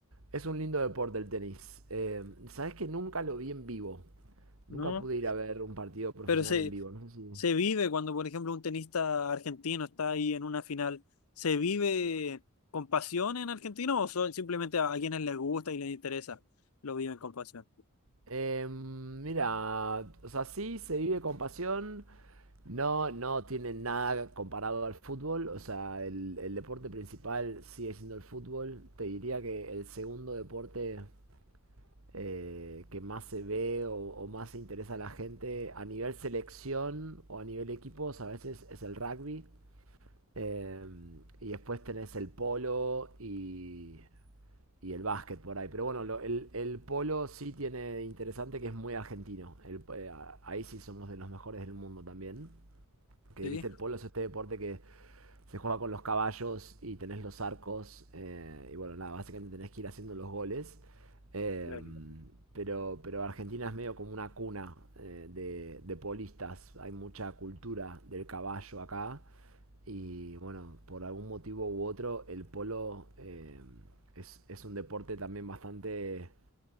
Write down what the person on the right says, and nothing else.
es un lindo deporte el tenis. Eh, Sabes que nunca lo vi en vivo. Nunca
pude ir a ver un partido profesional
en vivo. No sé si
eh, mira, o sea, sí se vive con pasión, no, no tiene nada comparado al fútbol, o sea, el, el deporte principal sigue siendo el fútbol, te diría que el segundo deporte eh, que más se ve o, o más se interesa a la gente a nivel selección o a nivel equipos a veces es el rugby, Eh, y después tenés el polo y y el básquet por ahí. Pero bueno, lo- el, el polo sí tiene de interesante que es muy argentino. El- eh, ahí sí somos de los mejores del mundo también. Que
viste el polo es este deporte que se juega con los caballos y tenés los arcos. eh, y bueno, nada, básicamente tenés que ir haciendo los goles. Eh,
pero, pero Argentina es medio como una cuna eh, de, de polistas. Hay mucha cultura del caballo acá. Y bueno, por algún motivo u otro, el polo eh, es, es un deporte también bastante